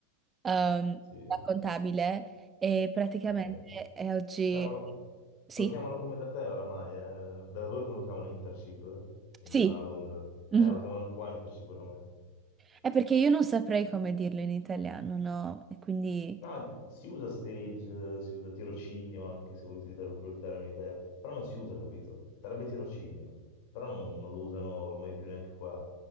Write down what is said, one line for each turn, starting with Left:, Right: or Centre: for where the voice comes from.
Right: ehm,
Left: sì,
Right: da contabile e praticamente
Left: ok.
Right: eh, oggi
Left: Beh, ma lo,
Right: sì,
Left: lo chiamano come da te oramai, eh? Da voi come lo chiamano? Internship? In-
Right: sì.
Left: a Londra?
Right: <laughs>
Left: Eh, lo
Right: mhm.
Left: chiamano qua internship oramai.
Right: È perché io non saprei come dirlo in italiano, no? E quindi...
Left: No, si usa stage, eh, si usa tirocinio anche se vuoi utilizzare proprio il termine italiano, però non si usa, capito? Sarebbe tirocinio, però non, non lo usano ormai più neanche qua.